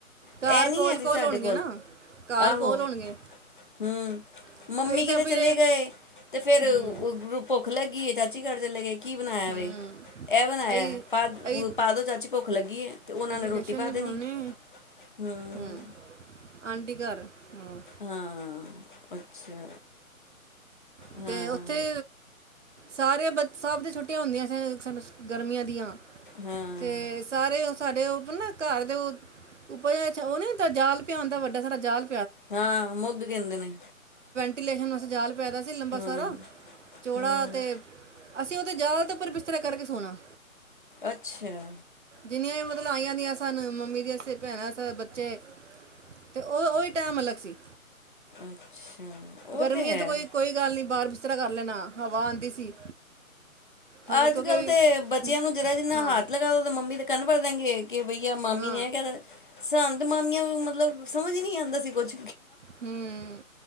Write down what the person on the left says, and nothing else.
ਇਹ ਨੀ
ਹੈ ਸੀ
ਸਾਡੇ
ਆਹੋ
ਹੂੰ
ਮੰਮੀ
ਕਿਤੇ
ਚਲੇ ਗਏ ਤੇ ਫੇਰ
ਗੁਰੂ ਭੁੱਖ ਲੈਗੀ ਕੀ ਤਾਂ ਚੀ ਗਰਜ ਲਗਗੀ ਕੀ ਬਣਾਇਆ
ਵੇ ਇਹ ਬਣਾਇਆ
ਪਾ
ਪਾਦੋ ਚਾਚ ਭੁੱਖ ਲੱਗੀ ਏ ਤੇ ਉਹਨਾਂ ਨੇ
ਰੋਟੀ ਪਾ
ਦੇਣੀ
ਹਮ
ਹਾਂ ਅੱਛਾ
ਹਾਂ
ਹਾਂ
ਹਾਂ ਮੁੱਗ ਕਹਿੰਦੇ ਨੇ
ਹੂੰ
ਹੂੰ
ਅੱਛਾ
ਅੱਛਾ ਉਹ
ਹੈ
ਅੱਜ
ਕੱਲ ਤੇ ਬੱਚਿਆਂ
ਨੂੰ ਜਿਹਰਾ ਜਿੰਨਾ
ਹੱਥ ਲਗਾ ਦ ਮੰਾਮਮੀ ਤੇ ਕੰਨ ਵਰ ਦਿਆਂਗੇ ਕਿ ਬਈਆ ਮਾਮੀ
ਨੇ ਇਹ ਕਹਿ ਮਾਮੀਆਂ ਨੂੰ ਮਤਲਬ ਸਮਝ ਨੀ ਆਉਂਦਾ ਸੀ ਕੁੱਝ